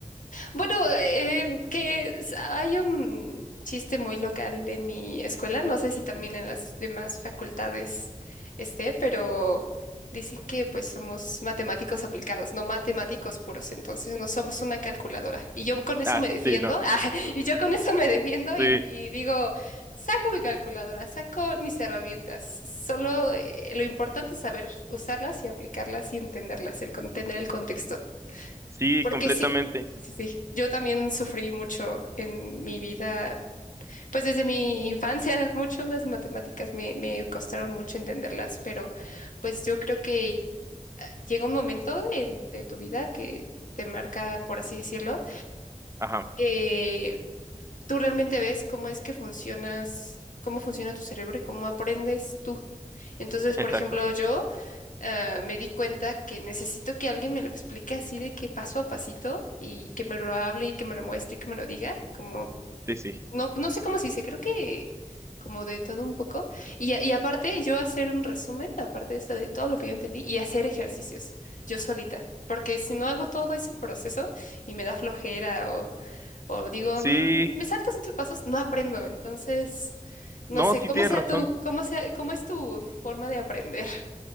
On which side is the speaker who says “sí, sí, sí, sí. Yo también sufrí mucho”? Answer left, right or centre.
Left